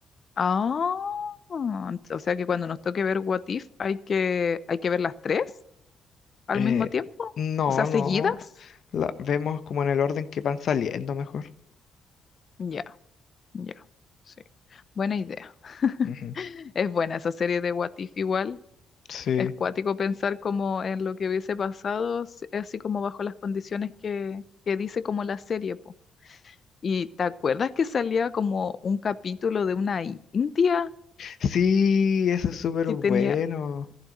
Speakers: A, on the left; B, on the left.
A: Ah, o sea que cuando nos toque ver What If hay que, hay que ver las tres. al
B: Eh,
A: mismo tiempo,
B: no,
A: o sea,
B: no.
A: seguidas.
B: La vemos como en el orden que van saliendo mejor.
A: Ya, ya, sí. Buena idea. <laughs>
B: Ujú.
A: Es buena esa serie de What If igual.
B: Sí.
A: Es cuático pensar como en lo que hubiese pasado, s- así como bajo las condiciones que, que dice como la serie, po. ¿Y te acuerdas que salía como un capítulo de una india
B: Sí, eso es súper
A: que
B: bueno.
A: tenía,